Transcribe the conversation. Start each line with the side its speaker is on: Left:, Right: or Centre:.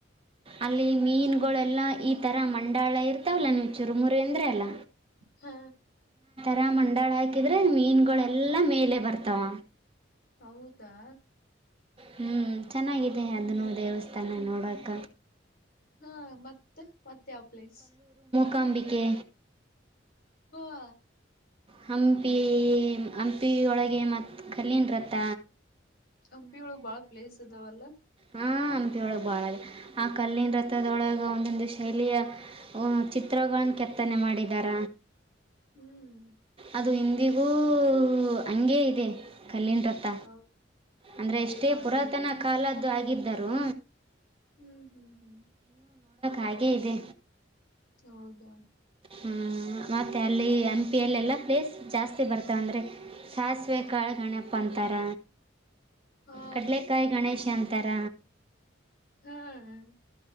Left: ಹಾ
Right: ಅಲ್ಲಿ
Left: ಹಾ
Right: ಮೀನುಗೊಳೆಲ್ಲ
Left: ಹಾ
Right: ಇ ಈ ಥರ ಮಂಡಾಳ ಇರ್ತಾವಲ್ಲ ನೀವು ಚುರುಮುರಿ ಅಂದರಿ ಅಲ್ಲ
Left: ಹ್ಮ
Right: ರ ಮಂಡಳಾಯ್ ಕಿದ್ರೆ ಮೀನ್ಗಳೆಲ್ಲಾ ಮೇಲೆ ಬರ್ತಾವ.
Left: ಹೌದಾ?
Right: ಹ್ಞ ಚೆನ್ನಾಗಿದೆ ಅದನ್ನು ದೇವಸ್ಥಾನ ನೋಡೋಕ.
Left: ಹಾ ಮತ್ತ ಮತ್ತೆ ಯಾವ ಪ್ಲೇಸ್?
Right: ಕಾಂಬಿಕೆ.
Left: ಹಾ
Right: ಹಂಪಿ ಹಂಪಿಯೊಳಗೆ ಮತ್ ಕಲ್ಲಿನ್ರಥ
Left: ಹಂಪಿಯೊಳಗ್ ಬಾಳ ಪ್ಲೇಸ್ ಇದಾವಲ್ಲ.
Right: ಹಾಂ ಹಂಪಿಯೊಳಗ್ ಬಾಳದ ಆ ಕಲ್ಲಿನ ರಥದೊಳಗೆ ಒಂದೊಂದು ಶೈಲಿಯ ಚಿತ್ರಗಳನ್ನ ಕೆತ್ತನೆ ಮಾಡಿದಾರ.
Left: ಹ್ಮ್
Right: ಅದು ಇಂದಿಗೂ ಹಂಗೇ ಇದೆ. ಕಲ್ಲಿನ್ ರಥ
Left: ಹ
Right: ಅಂದ್ರೆ ಎಷ್ಟೇ
Left: ಏನು ಆಗಿಲ್ಲ
Right: ಪುರಾತನ ಕಾಲದ್ ದು ಆಗಿದ್ದರು.
Left: ಹ್ಮ್ ಹ್ಮ್ ಹ್ಮ್
Right: ಹಾಗೆ ಇದೆ.
Left: ಹೌದಾ?
Right: ಹ್ಮ್ ಮತ್ತೆ ಅಲ್ಲಿ ಹಂಪಿಯಲ್ಲೆಲ್ಲ ಪ್ಲೇಸ್ ಜಾಸ್ತಿ ಬರ್ತಾವ್ ಅಂದರೆ ಸಾಸಿವೆ ಕಾಳಗಣಪ್ಪ ಅಂತಾರ.
Left: ಹಾ
Right: ಕಡ್ಲೆಕಾಯಿ ಗಣೇಶ ಅಂ ತರ
Left: ಹ್ಮ್